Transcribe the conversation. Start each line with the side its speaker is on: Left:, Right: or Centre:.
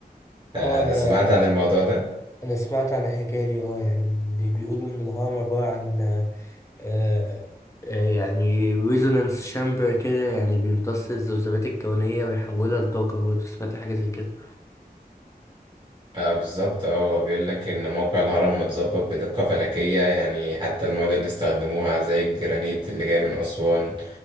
Right: آه،
Left: اه انا
Right: سمعت عن الموضوع ده
Left: انا سمعت عن الحكاية دي اه يعني اللي بيقولوا ان الهرم عبارة عن آه، آه، آه، يعني ريزونانس شامبر كده يعني بيمتص الذبذبات الكونية ويحولها لطاقة برضه سمعت حاجة زي كده
Right: اه بالظبط اه هو بيقول لك ان موقع الهرم متظبط بدقة فلكية يعني حتى المواد اللي استخدموها زي الجرانيت اللي جاي من أسوان